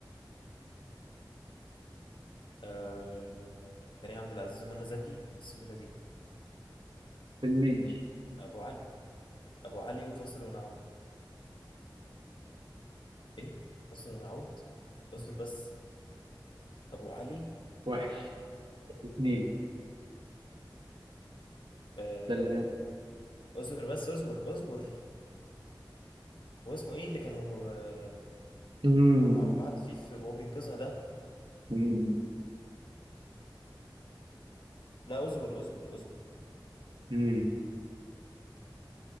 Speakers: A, on the left; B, on the right.
A: آه... كريم عبد العزيز ومنى زكي السهولة دي
B: فيلمين
A: أبو علي أبو علي وفاصل ونعود إيه فاصل ونعود اصبر بس أبو علي
B: واحد اثنين
A: آه،
B: ثلاثة
A: اصبر بس اصبر اصبر هو اسمه ايه اللي كانوا آه،
B: امم
A: كانوا مع بعض فيه في وهو بينقذها ده
B: امم
A: لا اصبر اصبر اصبر
B: امم